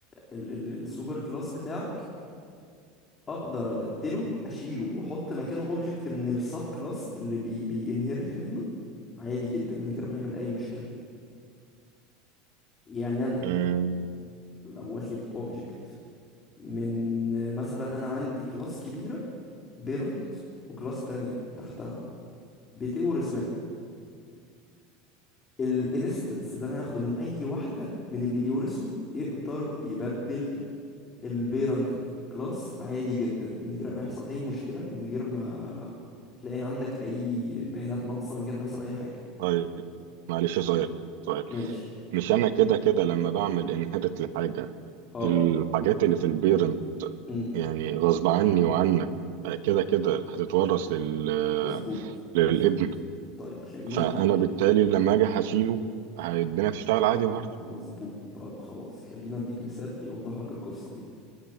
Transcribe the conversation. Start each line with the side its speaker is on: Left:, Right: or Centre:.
Left: ال ال السوبر كلاس بتاعك اقدر ابدله اشيله واحط مكانه اوبجكت من السب كلاس اللي بي بينهرت منه عادي جدا من غير ما يعمل اي مشكلة يعني انا
Right: آه،
Left: لو واخد اوبجكت من مثلا انا عندي كلاس كبيره بيرنت وكلاس تانية تحتها بتورث منها الانستنس اللي انا هاخده من اي واحده من اللي بيورثه يقدر يبدل البيرنت كلاس عادي جدا من غير ما يحصل اي مشكله من غير ما تلاقي عندك اي بيانات ناقصه من غير ما يحصل اي حاجه
Right: طيب معلش سؤال سؤال
Left: ماشي
Right: مش انا كده كده لما بعمل انهيرت لحاجه
Left: اه
Right: الحاجات اللي في البيرنت
Left: امم
Right: يعني غصب عني وعنك كده كده هتتورث لل...
Left: مظبوط
Right: للابن
Left: مظبوط طيب خلينا
Right: فانا
Left: اديك
Right: بالتالي لما اجي هشيله هي- الدنيا تشتغل عادي برضه
Left: مظبوط طيب خلاص خلينا اديك مثال يوضح لك القصه دي